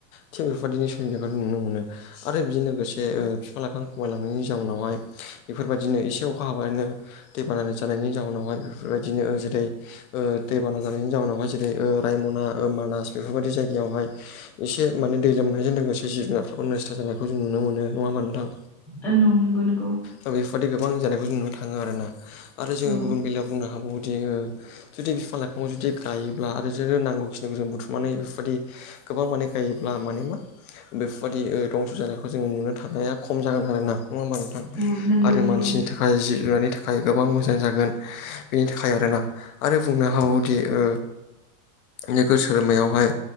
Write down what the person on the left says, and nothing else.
थिग बेफोरबायदिनि सुबिदाखौ नुनो मोनो। आरो बिजों लोगोसे ओ- बिफां लाइफां खमायलांनायनि जाउनावहाय बेफोरबायदिनो एसे अखा हाब बानो दैबाना जानायनि जाउनावहाय बेफोरबायदिनो ओ- जेरै दैबाना जानायनि जाउनावहाय जेरै ओ- रायमना ओ- मानास बेफोरबायाददि जायगायावहाय एसे माने दै लोमनायजों लोगोसे जिब जुनारफोरखौ नस्थ' जानायखौ जों नुनो मोनो नङा होमा नोंथां।
दा बेफोरबादि गोबां जानायखौ जों नुनो थाङो आरोना आरो जोङो
गुबुन बेलायाव बुंनो हाबावोदि ओ जुदि बिफां लाइफाङाव जुदि गायोब्ला आरो जोनो नांगौखिनिखौ जों बुथुमनानै बेफोरबादि गोबां माने गायोब्ला माने मा बेफोरबादि आ दंस' जानायखौ जोङो नुनो थानाया खम जागोन आरो ना नङा होमबा नोंथां?
आरो
मानसिनि था खाय जिब जुनारनि थाखाय गोबां मोजां जागोन बेनि थाखाय आरोना। आरो बुंनो हाबावोदि ओ नोगोर सोहोरमायावहाय